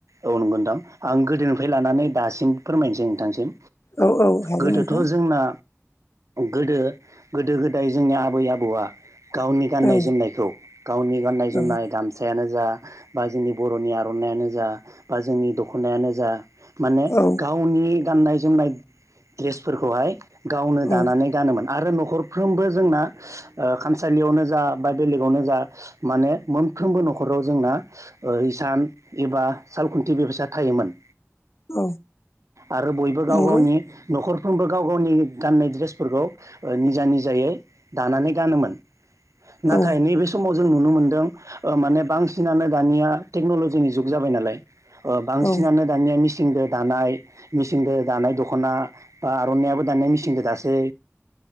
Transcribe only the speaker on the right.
औ नंगोनोंथां आं गोदोनिफ्राय लानानै दासिम फोरमायनोसै नोंथांसिम
गोदोथ'
जोंना गोदो गोदो गोदाय जोंनि आबै आबौआ गावनि गाननाय
जोमनायखौ गावनि गाननाय जोमनाय
दामसायानो जा बा जोंनि बर'नि आर'नानायइानो जा बा जोंनि दख'नायानो जा माने
गावनि गाननाय जोमनाय दड्रेसफोरखौहाय गावनो
दानानै गानोमोन आरो न'खरफ्रोमबो जोंना खामसालियावनो जा बा बेलेगावनो जा माने मोनफ्रोमबो न'खराव जोंना इसान एबा साल खुन्थि बेबसा थायोमोन।
आरो बयबो गाव
गावनि न'खर -फ्रोमबो गाव गावनि गाननाय दड्रेसफोरखौ निजा निजायै दानानै गानोमोन नाथाय
नैबे समाव जों नुनो मोनदों माने बांसिनानो दानिया टेक्नलजिनि जुग जाबाय नालाय बांसिनानो
दानिया मिसिनजों मिसिनजों दानाय मेसिनजों दानाय दख'ना बा आर'नाय आ बो दानाया मेसिनजों दासै